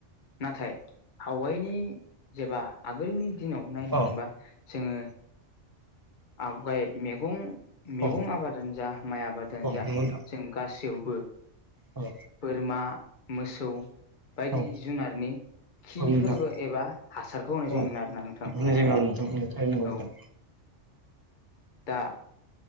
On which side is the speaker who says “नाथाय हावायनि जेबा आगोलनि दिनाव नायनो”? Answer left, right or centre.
Left